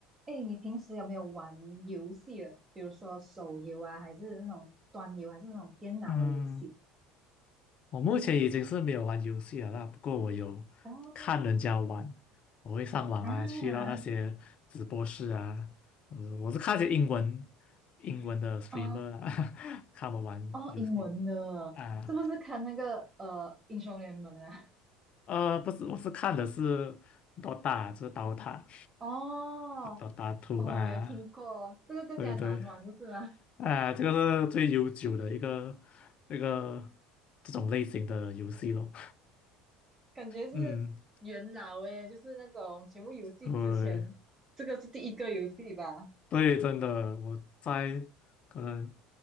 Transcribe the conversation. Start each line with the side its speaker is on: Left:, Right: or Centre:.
Right: 哎，你平时有没有玩游戏啊？比如说手游啊，还是那种端游，还是那种电脑的游戏？
Left: 嗯，我目前已经是没有玩游戏了啦，不过我有看人家玩，
Right: 哦，
Left: 我会上网啊，
Right: 啊，
Left: 去到那些直播室啊，呃，我是看一些英文英文的 streamer
Right: 哦，
Left: 啦，<laughs> 看他们玩游戏
Right: 哦，英文的，
Left: 啊，
Right: 是不是看那个呃英雄联盟啊？
Left: 呃，不是，我是看的是 Dota，就是 Dota，Dota
Right: <laughs> 哦，
Left: <laughs> Two
Right: 哦，
Left: 啊，
Right: 我有听过，这个更加难玩，
Left: 对对。
Right: 不是吗？
Left: 啊，这个是最悠久的一个那个这种类型的游戏咯。
Right: <laughs> 感觉是元老诶，
Left: <laughs> 嗯，
Right: 就是那种全部游戏之前，
Left: 对，
Right: 这个是第一个游戏吧？
Left: 对，真的，我在可能